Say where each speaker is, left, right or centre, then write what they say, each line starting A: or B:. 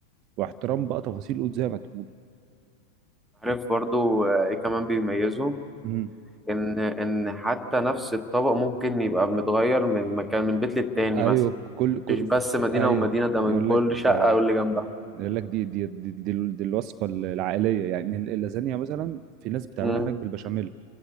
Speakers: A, on the right (about 40°); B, in the centre.
A: واحترام بقى تفاصيل قد زي ما تقول
B: عارف برضو آه، ايه كمان بيميزهم
A: امم
B: ان ان حتى نفس الطبق ممكن يبقى متغير من مكان من بيت للتاني
A: ايوه
B: مثلا
A: كل كل
B: مش بس
A: ف- ف-
B: مدينة
A: ايوه
B: ومدينة ده من
A: يقول
B: كل
A: لك
B: شقة
A: آه،
B: واللي جنبها
A: يقول لك دي دي دي, دي, دي الوصفه العائليه يعني اللازانيا مثلا في ناس بتعملها
B: مم،
A: هناك بالبشاميل